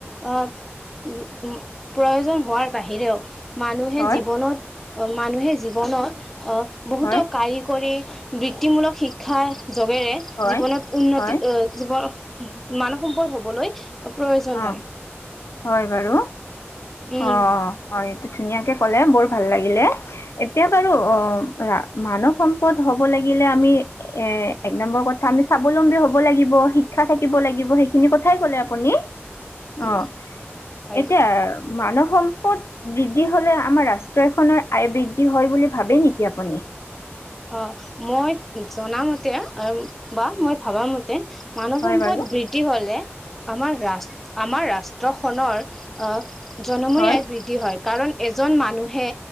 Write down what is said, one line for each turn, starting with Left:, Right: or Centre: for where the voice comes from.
Centre: আ' উম উম, প্ৰয়োজন হোৱাৰ বাহিৰেও মানুহে
Left: হয়
Centre: জীৱনত, মানুহে জীৱনত, অহ' বহুতো
Left: হয়
Centre: কাৰিকৰী বৃত্তিমূলক শিক্ষাৰ জগেৰে,
Left: হয়
Centre: জীৱনত উন্নতি
Left: হয়
Centre: অ জীৱন, মানৱ সম্পদ হ'বলৈ প্ৰয়োজন
Left: অ
Centre: হয়।
Left: হয় বাৰু,
Centre: উম
Left: অ' হয়, এইটো ধুনীয়াকে ক'লে, বৰ ভাল লাগিলে। এতিয়া বাৰু অ' মানৱ সম্পদ হব লাগিলে আমি এ এক নম্বৰ কথা, আমি স্বাৱলম্বী হব লাগিব, শিক্ষা থাকিব লাগিব, সেইখিনি কথাই কলে আপুনি।
Centre: উম
Left: অঁ',
Centre: হয়
Left: এতিয়া মানৱ সম্পদ বৃদ্ধি হলে, আমাৰ ৰাষ্ট্ৰ এখনৰ আয় বৃদ্ধি হয় বুলি, ভাবে নিকি আপুনি
Centre: অ' মই জনা মতে অ বা মই ভবা মতে মানৱ
Left: হয়
Centre: সম্পদ
Left: বাৰু
Centre: বৃদ্ধি হলে, আমাৰ ৰাষ্ আমাৰ ৰাষ্ট্ৰখনৰ আ জনমূৰী
Left: হয়
Centre: আই বৃদ্ধি হয়। কাৰণ, এজন মানুহে